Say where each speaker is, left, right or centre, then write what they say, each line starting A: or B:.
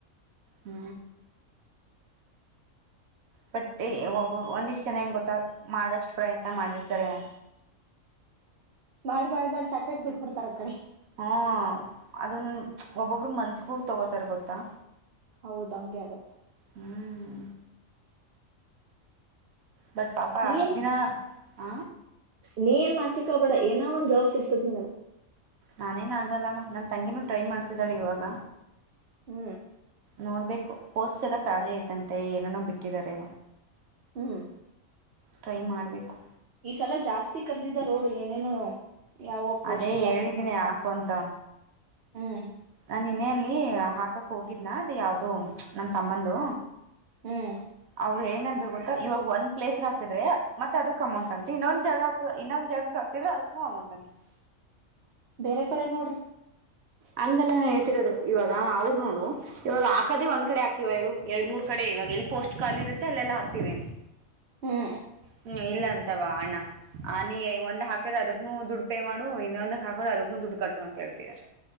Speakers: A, on the right; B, on the right.
A: ಹೂ ಬಟ್ ಒಬ್ಬೊ ಒಂದ್ ಇಷ್ಟು ಜನ ಹೆಂಗ ಗೊತ್ತ ಮಾಡಷ್ಟು ಪ್ರಯತ್ನ ಮಾಡಿರ್ತಾರೆ ಹೂ
B: ಮಾಡಿ ಸಾಕಕ್ ಬಿಟ್ಬಡ್ತಾರ ಅ ಕಡೆ
A: ಹಾಅದುನ ಒಬ್ಬೊಬ್ಬರು ಮನ್ಸಗೂ ತಗೋತಾರ ಗೊತ್ತಾ
B: ಹೌದು ಹಂಗೆ ಆಗೋದು
A: ಹ್ಮ್ ಬಟ್ ಪಾಪ
B: ನೀ
A: ಅಷ್ಟ್ ದಿನ ಹ
B: ನೀ ಮಾನ್ಸ್ ಕಬೇಡ ಏನೋ ಒಂದ ಜಾಬ್ ಸಿಗ್ತದ ನಿಿನಾಗ
A: ನಾನೇನು ಆಗಲ್ಲಮ್ಮ ನಮ್ಮ ತಂಗಿನೂ ಟ್ರೈ ಮಾಡ್ತಿದ್ದಾಳೆ ಇವಾಗ
B: ಹೂ
A: ನೋಡ್ಬೇಕು ಪೋಸ್ ಎಲ್ಲ ಖಾಲಿ ಐತಂತೆ ಏನನೋ ಬಿಟ್ಟಿದಿದ್ದಾರೆ
B: ಹೂ
A: ಟ್ರೈ ಮಾಡ್ಬೇಕು
B: ಈ ಸಲ ಜಾಸ್ತಿ ಕರ್ದಿದ್ದ ರೋಡ್ ಏನೇನು ಯಾವ ಪೋಸ್ಟ್
A: ಅದೇ ಹೇಳಿದ್ದೀನಿ
B: ಜಾಸ್ತಿ ಕರ್
A: ಯಾಕು ಅಂತ
B: ಹ್ಮ್
A: ನಾ ನಿನ ಅೆಯಲ್ಲಿ ಹಾಕಕ್ ಹೋಗಿದ್ನ ಅದು ಯಾವ್ದೋ ನಮ್ ತಮ್ಮಂದು
B: ಹ್ಮ್
A: ಅವರು ಏನ್ ಏಂದ್ೆ ಗೊತ್ತ ಇವಾಗ ಒಂದ ಪ್ಲೇಸ್ಗೆ ಹಾಕ್ರೆ ಮತ್ತೆ ಅದಕ್ ಅಮೌಂಟ್ ಅಂತ ಇನ್ನೊಂದ ಜಾಗ ಇನ್ನೊಂದ ಜಾಗಕ್ ಹಾಕಿದ್ರೆ ಅದ್ಕು ಅಮೌಂಟ್ ಹಾಕ್ಬೇಕ್ ಅಂತೆ
B: ಬೇರೆ ಕಡೆ ನೋಡ್ರಿ
A: ಹಂಗಲ್ಲ ನಾ ಹೇಳ್ತಿರೋದು ಇವಾಗ ಅವ್ರ ನೋಡು ಇವಾಗ ಹಾಕದೆೇ ಒಂದ್ ಕಡೆ ಆಗ್ತಿವ ಎು ಎರಡ್ ಮೂರ್ ಕಡೆ ಇವಾಗ ಎಲ್ಲಿ ಪೋಸ್ಟ್ ಖಾಲಿ ಇರುತ್ತೆ ಅಲ್ಲೆಲ್ಲಾ ಹಾಕ್ತೀವಿ
B: ಹ್ಮ್
A: ಹೂ ಇಲ್ಲ ಅಂತವಾ ಅಣ್ಣ ನೀ ಒಂದ ಹಾಕ್ರ ಅದಕ್ನು ದುಡ್ಡು ಪೇ ಮಾಡು ಇನ್ನೊಂದ ಹಕ್ರ ಅದಕ್ನು ಡ್ಡು ದುಡ್ಡು ಕಟ್ಟು ಅಂತ ಹೇಳ್ತಿದಿದ್ದಾರೆ